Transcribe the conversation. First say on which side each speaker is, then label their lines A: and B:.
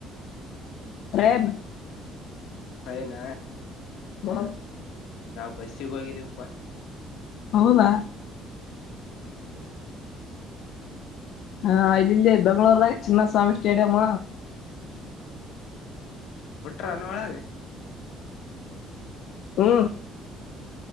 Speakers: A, on the left; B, on the left.
A: ಟ್ರೈನ್
B: ಟ್ರೈನ್
A: ಮ
B: ನಾವು ಬಸ್ಸಿಗೆ ಹೋಗಿದ್ದೀವಪ್ಪಾ
A: ಹೌದಾ
B: ಹ್ಮ್
A: ಹಾ ಇಲ್ಲಿ ಬೆಂಗಗಳೂರ ದಾಗ ಚಿನ್ನಸ್ವಾಮಿ ಸ್ಟೇಡಿಯಮ್ಮ
B: ಬಿುಟ್ರನ್ನ ಒಳಗೆ
A: ಹ್ಮ